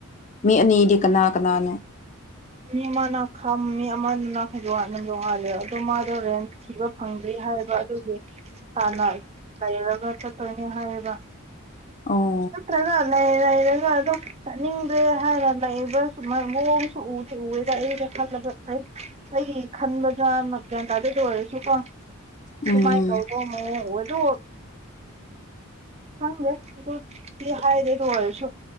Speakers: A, on the left; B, on the right.
A: ꯃꯤ ꯑꯅꯤꯗꯤ ꯀꯅꯥ ꯀꯅꯥꯅꯣ
B: ꯃꯤ ꯑꯃꯅ ꯈꯝ ꯃꯤ ꯑꯃꯗꯨ <unintelligible> ꯑꯗꯣ ꯃꯥꯗꯣ ꯔꯦꯟ ꯊꯤꯕ ꯐꯪꯗ꯭ꯔꯦ ꯍꯥꯏꯕ ꯑꯗꯨꯒꯤ ꯍꯥꯟꯅ ꯂꯩꯔꯒ ꯆꯠꯇꯣꯏꯅꯦ ꯍꯥꯏꯌꯦꯕ
A: ꯑꯣ
B: ꯅꯠꯇ꯭ꯔꯒ ꯂꯩ ꯂꯩꯔꯒ ꯑꯗꯨꯝ ꯆꯠꯅꯤꯡꯗ꯭ꯔꯦ ꯍꯥꯏꯔ ꯂꯩꯕ ꯁꯨ ꯃꯑꯣꯡꯁꯨ ꯎꯗꯤ ꯎꯔꯦꯗ ꯑꯩꯩꯅ ꯈꯜꯂꯕ ꯑꯩꯒꯤ ꯈꯟꯕꯗꯣ <unintelligible> ꯒ꯭ꯌꯥꯟꯇꯥꯗꯦ ꯗꯣꯑꯣꯏꯔꯁꯨ ꯀꯣ ꯀꯃꯥꯏ
A: ꯎꯝ
B: ꯀꯧꯗꯣ ꯃꯣ ꯑꯗꯨ ꯈꯪꯗꯦ ꯑꯗꯨꯗꯤ ꯍꯥꯏꯗꯦ ꯑꯗꯨ ꯑꯣꯏꯔꯁꯨ